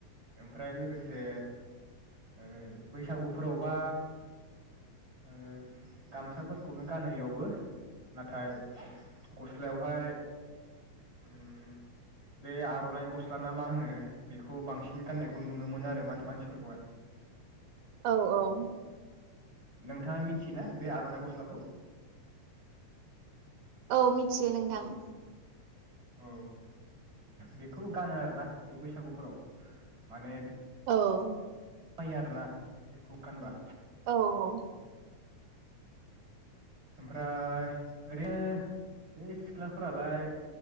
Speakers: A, on the right; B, on the right.
A: ओमफ्राय लोगोसे <inaudible> ओ। बैसागुफोराव बा <inaudible> ओ गामसाफोरखौनो गानो इयावबो। नाथाय गस्लायावहाय उम, बे आर'नाइ गस्ला ना मा होनो बेखौ बांसिन गाननायखौ नुनो मोनो आरो मान-मानसिफोरखौहाय।
B: औ - औ
A: नोंथाङा मिथियोना बे आरनाइ गस्लाखौ
B: औ मिथियो नोंथां
A: औ बेखौ गानो आरोना बे बैसागुफोराव माने
B: औ
A: मायो आरोना बेखौ गानबा
B: औ - औ
A: ओमफ्राय ओरैनो बे सिख्लाफोरालाय